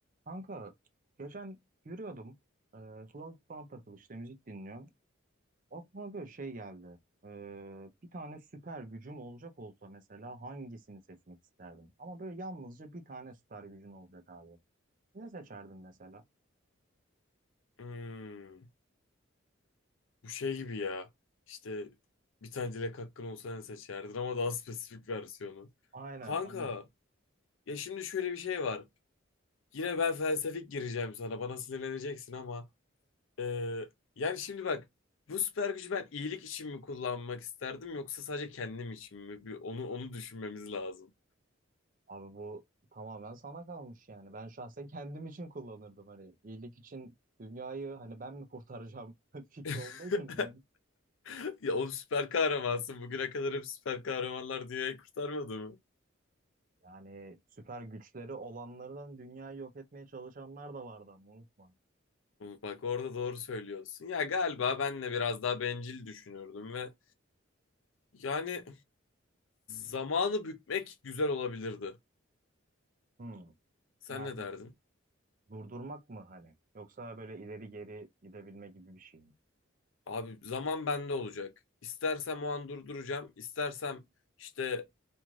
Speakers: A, on the right; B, on the left.
A: Kanka geçen yürüyordum. E, kulaklık falan takılı işte müzik dinliyorum. Aklıma böyle şey geldi. E, bir tane süper gücüm olacak olsa mesela hangisini seçmek isterdim? Ama böyle yalnızca bir tane süper gücün olacak abi. Ne seçerdin mesela?
B: Hmm, bu şey gibi ya. İşte bir tane dilek hakkın olsa ne seçerdin ama daha <laughs> spesifik versiyonu.
A: Aynen,
B: Kanka
A: aynen.
B: ya şimdi şöyle bir şey var. Yine ben felsefik gireceğim sana. Bana sinirleneceksin ama e, yani şimdi bak bu süper gücü ben iyilik için mi kullanmak isterdim yoksa sadece kendim için mi? Bir onu onu düşünmemiz lazım.
A: Abi bu tamamen sana kalmış yani. Ben şahsen kendim için kullanırdım hani iyilik için dünyayı hani ben mi kurtaracağım <laughs> fikri
B: <laughs>
A: olduğu için ben
B: Ya o süper kahramansın. Bugüne kadar hep süper kahramanlar dünyayı kurtarmadı mı?
A: Yani süper güçleri olanlardan dünyayı yok etmeye çalışanlar da vardı ama unutma.
B: Bak orada doğru söylüyorsun. Ya galiba ben de biraz daha bencil düşünürdüm ve yani zamanı bükmek güzel olabilirdi.
A: Hmm.
B: Sen
A: Yani
B: ne derdin?
A: durdurmak mı hani? Yoksa böyle ileri geri gidebilme gibi bir şey mi?
B: Abi zaman bende olacak. İstersem o an durduracağım. istersem işte